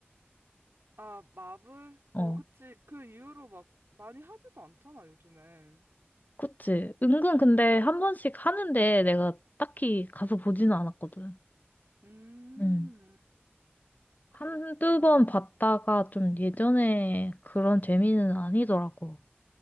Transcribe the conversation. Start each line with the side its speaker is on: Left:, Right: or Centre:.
Right: 아, 마블?
Left: 어.
Right: 어, 그치. 그 이후로 막 많이 하지도 않잖아, 요즘엔.
Left: 그치. 은근 근데 한 번씩 하는데 내가 딱히 가서 보지는 않았거든.
Right: 음,
Left: 음.
Right: 그렇구나.
Left: 한두 번 봤다가 좀 예전에 그런 재미는 아니더라고.